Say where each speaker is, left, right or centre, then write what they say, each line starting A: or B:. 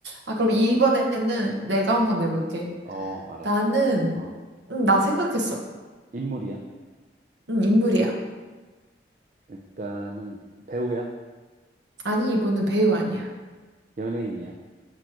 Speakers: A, on the right; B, on the right.
A: 아, 그럼 이번에는 내가 한번 내볼게.
B: 어, 알았어.
A: 나는,
B: 어,
A: 응, 나 생각했어.
B: 인물이야?
A: 응, 인물이야.
B: 일단은 배우야?
A: 아니, 이분은 배우 아니야.
B: 연예인이야?